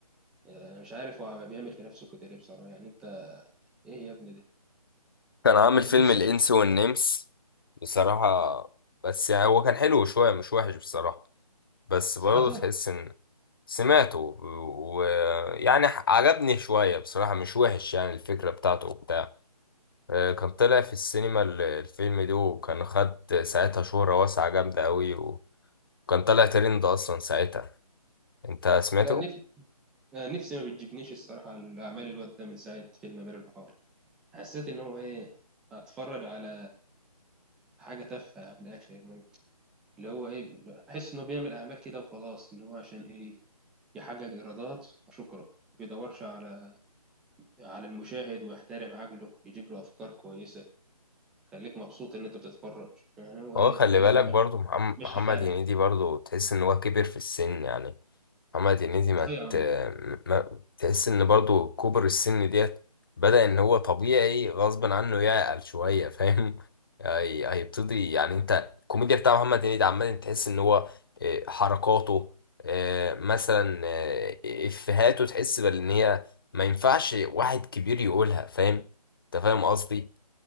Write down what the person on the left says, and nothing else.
كان عامل
فيلم
الانس
والنمس بصراحة بس يعني هو كان حلو شوية مش وحش بصراحة بس
برضه تحس ان سمعته ويعني عجبني شوية بصراحة مش وحش يعني الفكرة بتاعته وبتاع آه، كان طلع في السينما ال- الفيلم ده وكان خد ساعتها شهرة واسعة جامدة قوي وكان طلع ترند اصلا ساعتها انت سمعته
هو
خلي
بالك
برضو محم-
محمد
هنيدي برضو تحس ان هو كبر في السن يعني محمد هنيدي ما,
ت... ما تحس ان برضو كبر السن ديت بدأ ان هو طبيعي غصب عنه يعقل شوية فاهم <laughs> هي- هيبتدي يعني انت الكوميديا بتاع محمد هنيدي عمال تحس ان هو اه، حركاته اه، مثلا اه، افهاته تحس بان هي ما ينفعش واحد كبير يقولها فاهم انت فاهم قصدي